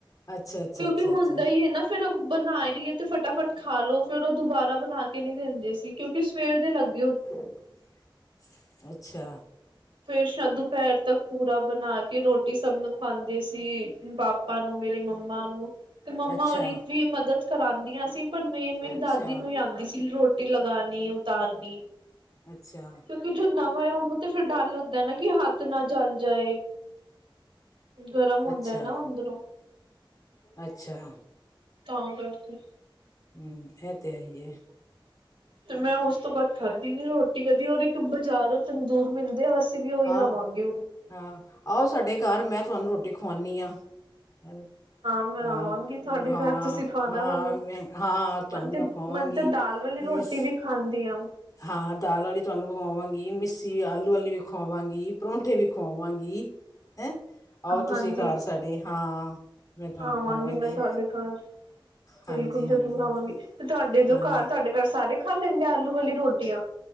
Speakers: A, on the left; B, on the right.
A: ਅੱਛਾ ਅੱਛਾ
B: ਕਿਉਂਕਿ
A: ਅੱਛਾ
B: ਹੁੰਦਾ
A: ਅੱਛਾ
B: ਈ ਏ ਨਾਂ ਫਿਰ ਬਣਾ ਰਹੀਏ ਤੇ ਫਟਾਫਟ ਖਾ ਲੋ, ਫਿਰ ਉਹ ਦੁਬਾਰਾ ਬਣਾ ਕੇ ਨਹੀਂ ਦਿੰਦੀ ਸੀ, ਕਿਉਂਕਿ ਸਵੇਰ ਦੇ ਲੱਗ
A: <unintelligible> ਅੱਛਾ।
B: ਫੇਰ ਅੱਛਾ ਦੁਪਹਿਰ ਤੱਕ ਪੂਰਾ ਬਣਾ ਕੇ ਰੋਟੀ ਸਭ ਨੂੰ ਖਵਾਂਦੇ ਸੀ। ਬਾਪੂ ਪਾਪਾ ਨੂੰ, ਮੇਰੀ ਮੰਮਾ ਨੂੰ। ਤੇ ਮੰਮਾ
A: ਅੱਛਾ,
B: ਔਰੀ ਵੀ ਮਦਦ ਕਰਾਉਂਦੀਆਂ ਸੀ, ਪਰ ਮੇਨ ਮੇਰੀ
A: ਅੱਛਾ,
B: ਦਾਦੀ ਨੂੰ ਈ ਆਂਦੀ ਸੀ ਰੋਟੀ ਟੀ ਲਗਾਨੀ, ਉਤਾਰਨੀ।
A: ਅੱਛਾ।
B: ਕਿਉਂਕਿ ਜੋ ਨਵਾਂ ਏ ਉਹਨੂੰ ਤੇ ਫਿਰ ਡਰ ਲੱਗਦਾ ਨਾਂ ਕਿ ਹੱਥ ਨਾ ਜਲ ਜਾਏ। ਗਰਮ ਹੁੰਦਾ
A: ਅੱਛਾ,
B: ਨਾ ਅੰਦਰੋਂ
A: ਅੱਛਾ।
B: ਤਾਂ ਕਰਕੇ।
A: ਹਂ, ਹੈ ਤੇ ਹੈਈ ਐ।
B: ਤੇ ਮੈਂ ਉਸ ਤੋਂ ਬਾਅਦ ਖਾਧੀ ਨੀਂ ਰੋਟੀ ਕਦੀ, ਔਰ ਇੱਕ ਬਾਜ਼ਾਰੋਂ ਤੰਦੂਰ ਮੈਨੂੰ ਅਸੀਂ ਵੀ ਉਹੀ
A: ਹਾਂ
B: ਲਵਾਂਗੇ
A: ਹਾਂ, ਆਓ ਸਾਡੇ ਘਰ ਮੈਂ ਤੁਹਾਨੂੰ ਰੋਟੀ ਖਵਾਉਣੀ ਆਂ। ਹਾਂ,
B: ਮੈਂ ਆਵਾਂਗੀ ਤੁਹਾਡੇ
A: ਹਾਂ,
B: ਘਰ ਤੁਸੀਂ ਖਵਾਣਾ
A: ਹਾਂ,
B: ਮੈਨੂੰ।
A: ਮੈਂ ਹਾਂ, ਤੁਹਾਨੂੰ
B: ਮਨ ਤੇ
A: ਮੈਂ ਪਾਵਾਂਗੀ।
B: ਮਨ ਤੇ ਦਾਲ ਵਾਲੀ ਰੋਟੀ
A: ਮਿਸ
B: ਵੀ ਖਾਂਦੀ ਆ
A: ਹਾਂ ਦਾਲ ਵਾਲੀ ਚਾਵਲ ਬਣਾਵਾਂ ਗੀ। ਮਿਸੀ ਆਲੂ ਵਾਲੀ ਖਵਾਵਾਂਗੀ। ਪਰੌਂਠੇ ਵੀ ਖਵਾਵਾਂਗੀ ਹੈਂ। ਆਓ
B: ਹਾਂਜੀ।
A: ਤੁਸੀਂ ਘਰ ਸਾਡੇ ਹਾਂ ਮੈਂ ਤੁਹਾਨੂੰ
B: ਆਵਾਂਗੀ
A: ਖਵਾਵਾਂਗੀ
B: ਮੈਂ ਤੁਹਾਡੇ ਘਰ।
A: ਹਾਂਜੀ
B: ਬਿਲਕੁਲ ਜ਼ਰੂਰ
A: ਹਾਂਜੀ
B: ਆਵਾਂਗੀ ਤੇ ਤੁਹਾਡੇ
A: ਹਾਂਜੀ
B: ਜੋ ਘਰ ਤੁਹਾਡੇ ਘਰ ਸਾਰੇ ਖਾ ਲੈਂਦੇ ਆ ਆਲੂ ਵਾਲੀ ਰੋਟੀਆਂ।